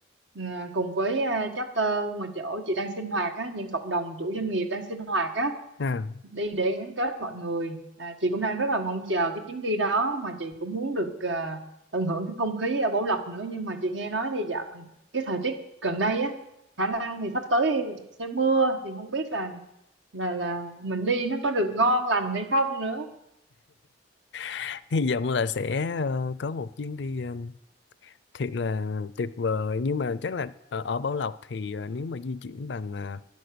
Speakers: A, on the right (about 85°); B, on the left (about 65°).
A: à, cùng với à, chapter mà chỗ chị đang sinh hoạt á những cộng đồng chủ doanh nghiệp đang sinh hoạt á
B: à,
A: đi để gắn kết mọi người à, chị cũng đang rất là mong chờ cái chuyến đi đó mà chị cũng muốn được à, tận hưởng cái không khí ở Bảo Lộc nữa nhưng mà chị nghe nói thì dạo cái thời tiết gần đây á khả năng thì sắp tới sẽ mưa thì không biết là là là mình đi nó có được ngon lành hay không nữa
B: <laughs> hy vọng là sẽ ờ, có một chuyến đi ờ, thiệt là tuyệt vời nhưng mà chắc là ở, ở Bảo Lộc thì ờ, nếu mà di chuyển bằng ờ,